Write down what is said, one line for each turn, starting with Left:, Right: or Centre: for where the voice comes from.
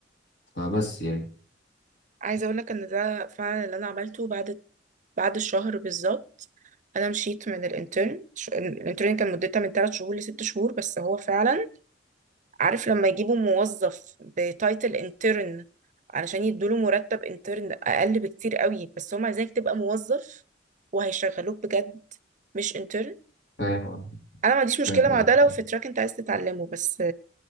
Left: فبس يعني
Right: عايزة أقولك إن ده فعلا اللي أنا عملته بعد بعد الشهر بالظبط أنا مشيت من الانترن ش- الانترن كان مدتها من 3 شهور لست شهور بس هو فعلا عارف لما يجيبوا موظف بتايتل انترن علشان يدوله مرتب انترن أقل بكتير قوي بس هم عايزينك تبقى موظف وهيشغلوك بجد مش انترن
Left: فاهم آه،
Right: أنا ما عنديش مشكلة
Left: فاهم
Right: مع
Left: قصدك
Right: ده لو
Left: اه
Right: في تراك أنت عايز تتعلمه بس